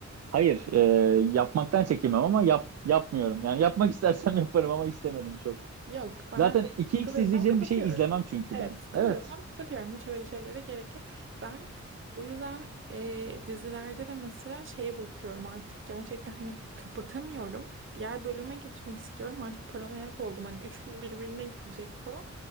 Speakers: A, on the right; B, on the right.
A: Hayır, e, yapmaktan çekinmem ama yap yapmıyorum. Yani yapmak istersem <laughs> yaparım ama istemedim çok.
B: Yok ben
A: Zaten 2x
B: sıkılıyorsam
A: izleyeceğim
B: kapatıyorum.
A: bir şey izlemem çünkü
B: Evet
A: ben.
B: sıkılıyorsam
A: Evet,
B: kapatıyorum. Hiç öyle şeylere gerek yok. Ben bu yüzden e, dizilerde de mesela şeye bakıyorum artık gerçekten hani kapatamıyorum. Diğer bölüme geçmek istiyorum. Artık paranoyak oldum. Hani üç gün birbirine girecek falan.